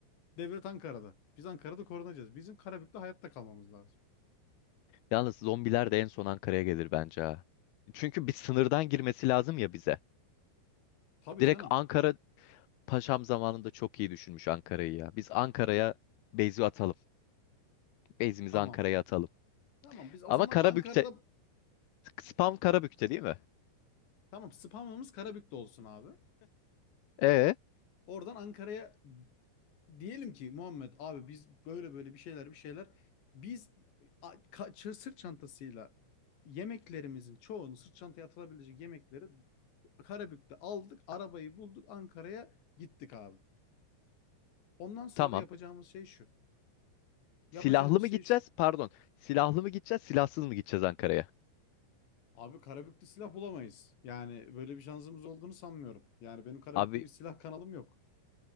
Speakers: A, on the left; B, on the left.
A: Devlet Ankara'da. Biz Ankara'da korunacağız. Bizim Karabük'te hayatta kalmamız lazım.
B: Yalnız zombiler de en son Ankara'ya gelir bence ha. Çünkü bir sınırdan girmesi lazım ya bize.
A: Tabii
B: Direkt
A: canım.
B: Ankara Paşam zamanında çok iyi düşünmüş Ankara'yı ya. Biz Ankara'ya base'i atalım. Base'imizi
A: Tamam.
B: Ankara'ya atalım.
A: Tamam biz o
B: Ama
A: zaman
B: Karabük'te,
A: Ankara'da
B: spam Karabük'te değil mi?
A: tamam spamımız Karabük'te olsun abi.
B: E
A: Oradan Ankara'ya diyelim ki Muhammed abi biz böyle böyle bir şeyler bir şeyler biz a- ka- sırt çantasıyla yemeklerimizin çoğunu sırt çantaya atılabilecek yemekleri Karabük'te aldık arabayı bulduk Ankara'ya gittik abi. Ondan sonra
B: tamam.
A: yapacağımız şey şu. Yapacağımız
B: Silahlı mı
A: şey
B: gideceğiz?
A: şu.
B: Pardon. Silahlı mı gideceğiz, silahsız mı gideceğiz Ankara'ya?
A: Abi Karabük'te silah bulamayız. Yani böyle bir şansımız olduğunu sanmıyorum. Yani benim Karabük'te
B: Abi
A: bir silah kanalım yok.